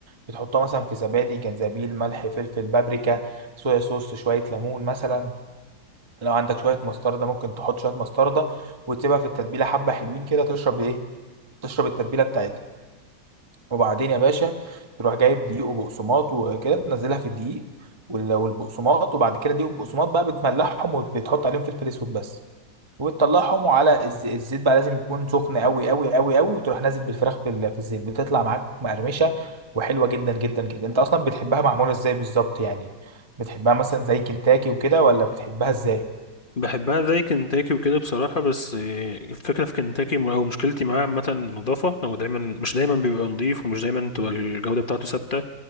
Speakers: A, on the right; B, on the left.
A: بتحطها مثلا في زبادي جنزبيل ملح فلفل بابريكا صويا صوص شويه ليمون مثلا لو عندك شويه مستردة ممكن تحط شويه مستردة وتسيبها في التتبيله حبه حلوين كده تشرب ايه تشرب التتبيله بتاعتها وبعدين يا باشا تروح جايب دقيق وبقسماط وكده تنزلها في الدقيق وال- والبقسماط وبعد كده دقيق وبقسماط بقى بتملحهم وبتحط عليهم فلفل اسود بس وتطلعهم على الز- الزيت بقى لازم يكون سخن قوي قوي قوي قوي وتروح نازل بالفراخ في ال- في الزيت بتطلع معاك مقرمشه وحلوه جدا جدا جدا انت اصلا بتحبها معموله ازاي بالظبط يعني بتحبها مثلا زي كنتاكي وكده ولا بتحبها ازاي
B: بحبها زي كنتاكي وكده بصراحة بس آه، الفكرة في كنتاكي م- او مشكلتي معاه عامة النظافة هو دايما مش دايما بيبقى نظيف ومش دايما تبقى الجودة بتاعته ثابتة